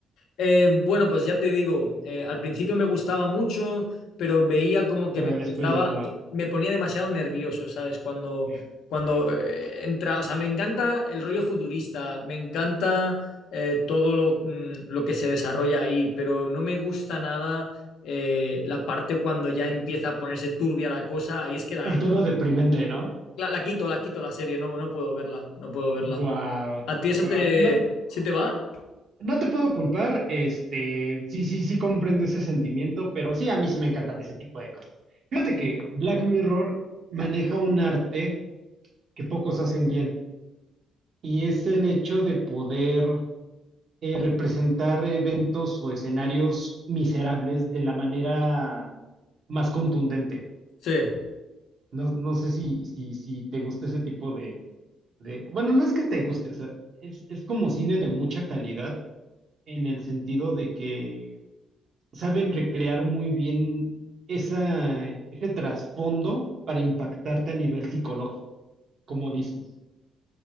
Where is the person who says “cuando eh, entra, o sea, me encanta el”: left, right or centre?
Left